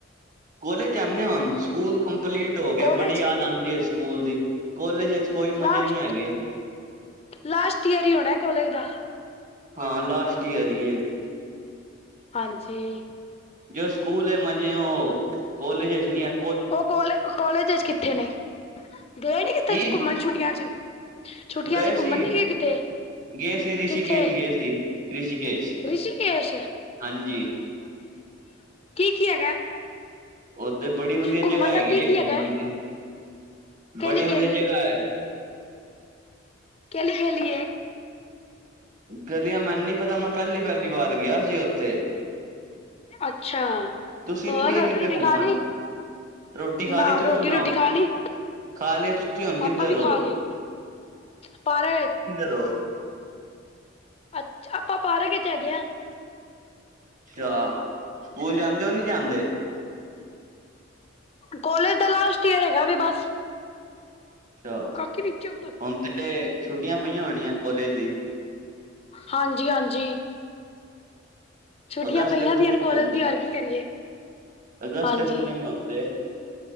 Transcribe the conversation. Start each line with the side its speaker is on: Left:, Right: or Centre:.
Right: ਕੋਲੇਜ ਜਾਂਦੇ ਹੋੁਣ ਸਕੂਲ ਕੰਪਲੀਟ ਹੋ ਗਿਆ
Left: ਕੋਲਜ
Right: ਬੜੀ ਯਾਦ ਆਂਦੀ ਹੈ ਸਕੂਲ ਦੀ ਕੋਲੇਜ ਵਿੱਚ ਕੋਈ
Left: ਲਾਸਟ
Right: ਮਜ਼ੇ ਨਹੀਂ ਹੈਗੇ
Left: -ਲਾਸਟ ਈਅਰ ਹੀ ਹੋਣਾ ਕੋਲਜ ਦਾ
Right: ਹਾਂ ਲਾਸਟ ਈਅਰ ਹੀ ਏ।
Left: ਹਾਂਜੀ
Right: ਜੋ ਸਕੂਲ ਹੈ ਮਜੇ ਉਹ ਕੋਲਜ 'ਚ ਨਹੀਂ ਆਂਦ
Left: ਉਹ ਕੋਲੇ ਕੋਲੇਜ 'ਚ ਕਿੱਥੇ ਨੇ ਗਏ ਨੀ ਕਿੱਥੇ
Right: ਕੀ
Left: ਘੁੰਮਣ ਛੁੱਟੀਆਂ 'ਚ ਛੁੱਟੀਆਂ
Right: ਗਏ
Left: 'ਚ ਘੁੰਮਣ
Right: ਸੀ
Left: ਨੀ ਗ ਕਿੱਥੇ
Right: ਗਏ ਸੀ ਰਿਸ਼ੀਕੇਸ਼
Left: ਕਿੱਥੇ
Right: ਗਏ ਸੀ ਰਿਸ਼ੀਕੇਸ਼
Left: ਰਿਸ਼ੀਕੇਸ਼
Right: ਹਾਂਜੀ।
Left: ਕੀ-ਕੀ ਹੈਗਾ।
Right: ਉਧਰ ਬੜੀ ਵਧੀਆ
Left: ਘੁੰਮਣ
Right: ਜਗ੍ਹਾ ਹੈਗੀ
Left: ਦਾ ਕੀ
Right: ਹੈ
Left: ਕੀ
Right: ਘੁੰਮਣ
Left: ਹੈਗਾ
Right: ਦੀ।
Left: ਕੇਲੀ
Right: ਬੜੀ ਵਧੀਆ
Left: ਕੇਲੀ
Right: ਜੇਗਾਾਏ।
Left: ਕਲੀ ਵੀਏ।
Right: ਗਲੀਆਂ ਮੈਨੂੰ ਨ ਪਤਾ ਮੈਂ ਪਹਿਲੀ ਪਹਿਲੀ ਵਾਰ ਗਿਆ ਸੀ ਉੱਥੇ
Left: ਅੱਛਾ
Right: ਤੁਸੀਂ
Left: ਹੋਰ
Right: ਨੀ ਗਏ
Left: ਰੋਟੀ
Right: ਕਿਤੇ
Left: ਰੂਟੀ
Right: ਘੁੰਮਣ
Left: ਖਾ ਲਈ।
Right: ਰੋਟੀ ਖਾ
Left: ਨਾ
Right: ਲਈ ਤੁਸੀਂ
Left: ਰੋਟੀ
Right: ਸੁਣਾਓ
Left: ਰੋਟੀ ਖਾ ਲਈ।
Right: ਖਾ ਲਈ ਤੁਸੀਂ ਹੁਣ ਕਿੱਧਰ
Left: ਆਪਾਂ ਵੀ
Right: ਹੋ
Left: ਖਾ ਲਈ ਪਾਰਾ।
Right: ਰੋ
Left: ਅੱਛਾ ਆਪਾਂ ਪਾਰਕ ਚ ਹੈਗੇ ਹਾਂ।
Right: ਅੱਛਾ ਸਕੂਲ ਜਾਂਦੇ ਉਹ ਨਹੀਂ ਜਾਂਦੇ?
Left: ਕੋਲੇਜ ਦਾ ਲਾਸਟ ਈਅਰ ਹੈਗਾ ਵੀ ਬਸ।
Right: ਅੱਛਾ
Left: ਕਾਕੀ ਨੀਚੇ ਉਤਰ
Right: ਹੁਣ ਤੇ
Left: ਨੀਚੇ
Right: ਛੁੱਟੀਆਂ
Left: ਉਤਰ
Right: ਪਈਆਂ ਹੋਣੀਆਂ ਕੋਲੇਜ ਦੀ।
Left: ਹਾਂਜੀ -ਹਾਂਜੀ ਛੁੱਟੀਆਂ
Right: ਅਗਸਤ
Left: ਪਈਆਂ
Right: ਤੇ ਖੁੱਲਣਗੇ
Left: ਦੀਆਂ ਕੋਲੇਜ
Right: ਹੁਣ ਤੇ
Left: ਦੀ ਹੋਰ ਕੀ ਕਰੀਏ?
Right: ਅਗਸਤ
Left: ਹਾਂਜੀ,
Right: ਤੇ ਖੁੱਲਣਗੇ ਹੁਣ ਤੇ